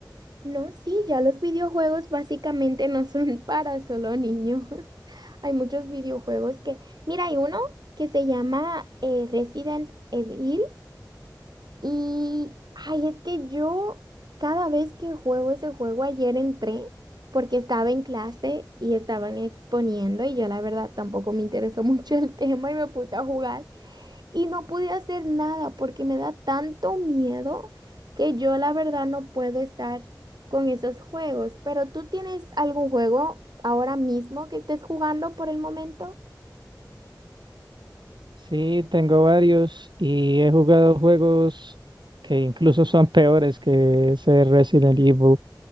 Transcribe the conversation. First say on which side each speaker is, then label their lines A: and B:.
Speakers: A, on the right; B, on the right.
A: No, sí, ya los videojuegos básicamente no son <laughs> para solo niños. <laughs> Hay muchos videojuegos que... Mira, hay uno que se llama eh, Resident Evil. Y, ay, es que yo cada vez que juego ese juego, ayer entré porque estaba en clase y estaban exponiendo y yo la verdad tampoco me interesó <laughs> mucho el tema y me puse a jugar y no pude hacer nada porque me da tanto miedo que yo la verdad no puedo estar con esos juegos. Pero ¿tú tienes algún juego ahora mismo que estés jugando por el momento?
B: Sí, tengo varios y he jugado juegos que incluso son peores que ese Resident Evil.